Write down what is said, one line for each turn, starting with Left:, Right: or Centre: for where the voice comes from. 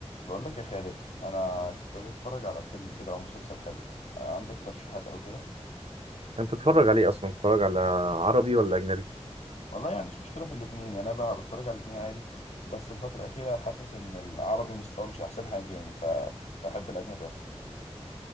Left: بقول لك يا خالد انا كنت عايز اتفرج على فيلم كده او مسلسل حلو عندك ترشيحات او كده
Right: انت تتفرج عليه اصلا تتفرج على عربي ولا اجنبي
Left: والله يعني مفيش مشكله في الاثنين يعني انا بقى بتفرج على الاثنين عادي بس الفتره الاخيره حاسس ان العربي مستواه مش احسن حاجه يعني فبحب الاجنبي اكتر